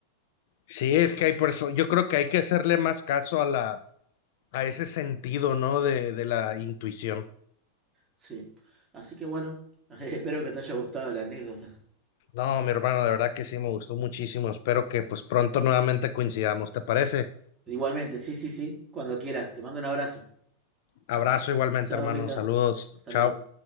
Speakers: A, on the left; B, on the right.
A: sí, es que hay personas, yo creo que hay que hacerle más caso a la, a ese sentido, ¿no? De, de la intuición.
B: Sí. Así que bueno, <laughs> espero que te haya gustado la anécdota.
A: No, mi hermano, de verdad que sí, me gustó muchísimo. Espero que pues pronto nuevamente coincidamos, ¿te parece?
B: Igualmente, sí, sí, sí, cuando quieras, te mando un abrazo.
A: Abrazo igualmente,
B: Chao,
A: hermano.
B: Vita.
A: Saludos.
B: Hasta
A: Chao.
B: luego.